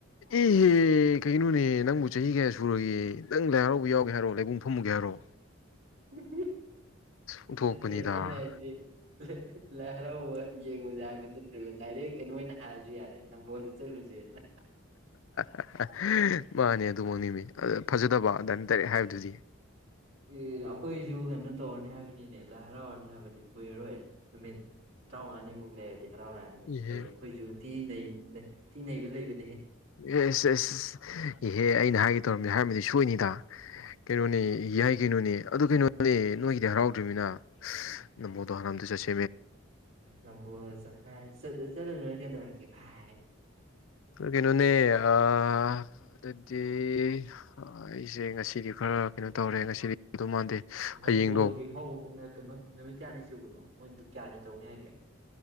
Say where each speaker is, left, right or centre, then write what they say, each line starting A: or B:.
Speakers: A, on the left (about 70°); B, on the right (about 65°).
A: ꯏꯍꯦ ꯀ ꯀꯩꯅꯣꯅꯦ ꯅꯪꯕꯨ ꯆꯍꯤ ꯀꯌꯥ ꯁꯨꯔꯒꯦ ꯅꯪ ꯂꯥꯏ ꯍꯔꯥꯎꯕ ꯌꯥꯎꯒꯦ ꯍꯥꯏꯔꯣ ꯂꯥꯏꯕꯨꯡ ꯐꯝꯃꯨꯒꯦ ꯍꯥꯏꯔꯣ
B: ꯎꯝ
A: ꯑꯣꯟꯊꯣꯛꯄꯅꯤꯗ
B: ꯑ ꯑꯩꯩꯅꯁꯗꯤ ꯂꯥꯏ ꯍꯔꯥꯎꯕ ꯌꯦꯡꯉꯨ ꯌꯥꯕ ꯅꯠꯇ꯭ꯔꯦꯕ ꯗꯥꯏꯔꯦꯛ ꯀꯩꯅꯣ ꯑꯣꯏꯅ ꯍꯥꯏꯔꯁꯨ ꯌꯥꯔꯦ ꯅꯝꯕꯣꯜꯗ ꯆꯠꯂꯨꯁꯦꯅ
A: <inaudible> ꯃꯥꯅꯦ ꯑꯗꯨꯃꯛꯅꯤꯃꯤ ꯑ ꯐꯖꯗꯕ ꯑꯗꯨꯟ ꯇꯔꯦ ꯍꯥꯏꯕꯗꯨꯗꯤ
B: ꯑꯦ ꯑꯩꯈꯣꯏꯁꯨ ꯀꯩꯅꯣ ꯇꯧꯔꯅꯤ ꯍꯥꯏꯕꯅꯤꯅꯦ ꯂꯥꯏ ꯍꯔꯥꯎꯔꯅꯤ ꯍꯥꯏꯕꯅꯤ ꯀꯨꯏꯔꯔꯣꯏ ꯅꯨꯃꯤꯠ ꯇꯔꯥꯃꯉꯥꯅꯤꯃꯨꯛ ꯂꯩꯔꯗꯤ ꯍꯔꯥꯎꯔꯑꯅꯤ
A: ꯏꯍꯦ
B: ꯑꯩ ꯑꯩꯈꯣꯏꯁꯨ ꯊꯤ ꯇꯤꯡꯉꯩꯕ ꯂꯩꯕ
A: ꯑꯦ ꯏꯍꯦ ꯑꯩꯅ ꯍꯥꯏꯒꯦ ꯇꯧꯔꯝꯃꯤ ꯍꯥꯏꯔꯝꯃꯗꯤ ꯁꯣꯏꯅꯤꯗ ꯀꯩꯅꯣꯅꯦ ꯌꯥꯏ ꯀꯩꯅꯣꯅꯦ ꯑꯗꯨ ꯀꯩꯅꯣꯅꯦ ꯅꯣꯏꯒꯤꯗꯤ ꯍꯔꯥꯎꯗ꯭ꯔꯤꯕꯃꯤꯅ ꯅꯃꯣꯗꯣ ꯍꯔꯝꯗ ꯆꯠꯁꯤ
B: ꯅꯝꯕꯣꯗ ꯆ ꯆ ꯆꯠꯣ ꯀꯦ ꯇꯧꯔꯛ ꯚꯥꯏ
A: ꯀꯩꯅꯣꯅꯤ ꯑ ꯑꯗꯨꯗꯤ ꯍ ꯑꯩꯁꯦ ꯉꯁꯤꯗꯤ ꯈꯔ ꯀꯩꯅꯣ ꯇꯧꯔꯦ ꯉꯁꯤꯗꯤ ꯑꯗꯨ ꯃꯥꯟꯗꯦ
B: ꯅꯝꯕꯣꯜꯒꯤ
A: ꯍꯌꯦꯡꯗꯣ
B: ꯍꯧ ꯅꯠꯇꯕ ꯅꯨꯃꯤꯠ ꯀꯌꯥꯅꯤ ꯁꯨꯕꯅꯣ ꯃꯣꯏꯗꯣ ꯀꯌꯥꯅꯤ ꯇꯧꯅꯦ ꯍꯥꯏꯒꯦ